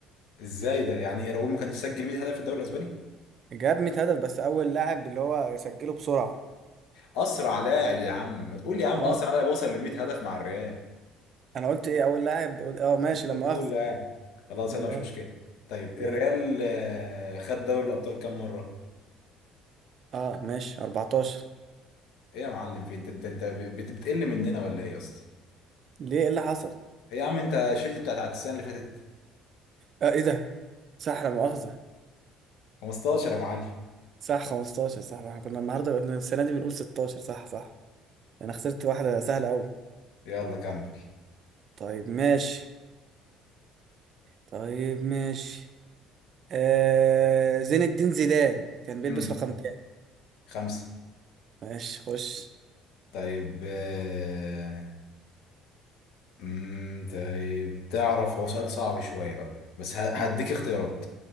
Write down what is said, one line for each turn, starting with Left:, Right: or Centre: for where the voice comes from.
Left: ازاي ده يعني راؤول ما كانش سجل 100 هدف في الدوري الاسباني
Right: جاب 100 هدف بس اول لاعب اللي هو سجله بسرعه
Left: اسرع لاعب يا عم ما تقول يا عم
Right: اه
Left: اسرع لاعب وصل ل 100 هدف مع الريال
Right: انا قلت ايه اول لاعب قلت اه ماشي
Left: انت قلت
Right: لما
Left: اول
Right: اخذ
Left: لاعب خلاص
Right: لما
Left: يلا مش مشكله
Right: اخذ
Left: طيب الريال
Right: ماشي
Left: آه، خد دوري الابطال كام مره
Right: اه ماشي 14
Left: ايه يا معلم في انت انت انت بت- بتقل مننا ولا ايه يا اسطى
Right: ليه ايه اللي حصل
Left: ايه يا عم انت شلت بتاعت بتاعت السنه اللي فاتت
Right: اه ايه ده صح لا مؤاخذة
Left: 15 يا معلم
Right: صح 15 صح احنا كنا النهارده السنة دي بنقول 16 صح صح انا خسرت واحدة سهلة قوي
Left: يلا كمل
Right: طيب ماشي طيب ماشي آه زين الدين زيدان كان بيلبس
Left: امم
Right: رقم كام
Left: خمسه
Right: ماشي خش
Left: طيب آه، امم طيب تعرف هو سؤال صعب شويه بقى بس ه- هديك
Right: مم.
Left: اختيارات